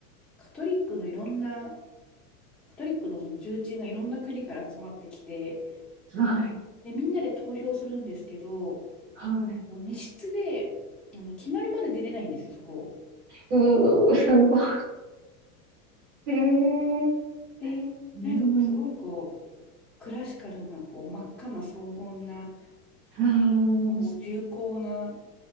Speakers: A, in the centre; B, on the right.
A: カトリックのいろんな、カトリックのその重鎮がいろんな国から集まってきて、
B: うん。はい。
A: で、みんなで投票するんですけど、
B: はい。
A: あの密室で、あの、決まるまで出れないんですよ、そこ。
B: うー、すごい。えー、
A: で、
B: うん。
A: なんかこう、すごいこう、クラシカルな、こう、真っ赤な荘厳な、
B: うん。
A: こう、重厚な